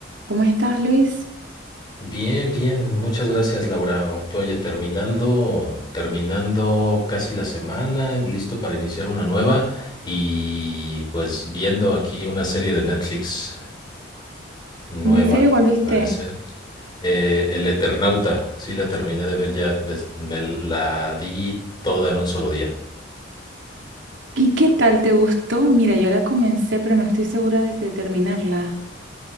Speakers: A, on the right; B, on the left.
A: ¿Cómo estás, Luis?
B: Bien, bien, muchas gracias Laura. O- Oye, terminando, terminando casi la semana, listo para iniciar una nueva y pues viendo aquí una serie de Netflix nueva,
A: ¿En serio volviste?
B: parecer. Eh, El Eternauta, sí la terminé de ver ya, es- me la di toda en un solo día.
A: ¿Y qué tal te gustó? Mira, yo la comencé, pero no estoy segura de si terminarla.